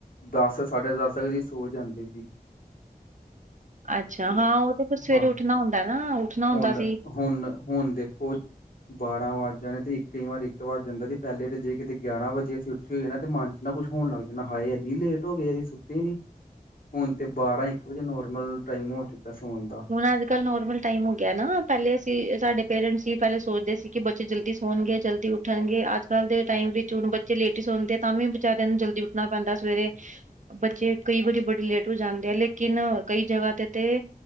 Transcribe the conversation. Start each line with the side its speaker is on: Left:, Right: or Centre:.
Left: ਦਸ, ਸਾਢੇ ਦਸ ਅਸੀ ਸੋ ਜਾਂਦੇ ਸੀ।
Right: ਅੱਛਾ, ਹਾਂ ਓ ਤੇ ਫੇਰ ਸਵੇਰੇ
Left: ਹਾਂ
Right: ਉੱਠਣਾ ਹੁੰਦਾ ਨਾ, ਉੱਠਣਾ ਹੁੰਦਾ
Left: ਹੁਣ
Right: ਸੀ।
Left: ਹੁਣ ਹੁਣ ਦੇਖੋ ਬਾਰਾਂ ਵੱਜ ਜਾਣੇ ਤੇ ਕਈ ਵਾਰ ਇੱਕ ਵੱਜ ਜਾਂਦਾ ਸੀ, ਪੈਹਲੇ ਤੇ ਜੇ ਕਿਤੇ ਗਿਆਰਾਂ ਵਜੇ ਅਸੀ ਮੇਰੇ ਤੇ ਮਨ 'ਚ ਨਾ ਕੁਛ ਹੋਣ ਲਗ ਜਾਂਣਾ, ਹਾਏ ਏਨੀ ਲੇਟ ਹੋ ਗਏ, ਅਜੇ ਸੁੱਤੇ ਨੀ। ਹੁਣ ਤੇ ਬਾਰਾਂ-ਇੱਕ ਵਜੇ ਨੋਰਮਲ ਟਾਈਮ ਹੋ ਚੁੱਕਾ ਸੋਨ ਦਾ।
Right: ਹੁਣ, ਅੱਜ ਕੱਲ੍ਹ ਨੋਰਮਲ ਟਾਈਮ ਹੋ ਗਿਆ ਨਾ, ਪੈਹਲੇ ਅਸੀਂ ਸਾਡੇ ਪੇਰੈਂਟਸ ਹੀ ਪੈਹਲੇ ਸੋਚਦੇ ਸੀ, ਕਿ ਬੱਚੇ ਜਲਦੀ ਸੋਣਗੇ ਜਲਦੀ ਉਠ ਉੱਠਣਗੇ, ਅੱਜਕੱਲ੍ਹ ਦੇ ਟਾਈਮ ਵਿੱਚ ਹੁਣ ਬੱਚੇ ਲੇਟ ਈ ਸੌਂਦੇ, ਤਾਂ ਵੀ ਵਿਚਾਰਿਆਂ ਨੂੰ ਜਲਦੀ ਉੱਠਣਾ ਪੈਂਦਾ ਸਵੇਰੇ। ਬੱਚੇ ਕਈ ਵਾਰੀ ਬੜੀ ਲੇਟ ਹੋ ਜਾਂਦੇ ਆ, ਲੇਕਿਨ ਕਈ ਜਗ੍ਹਾ ਦੇ ਉਤੇ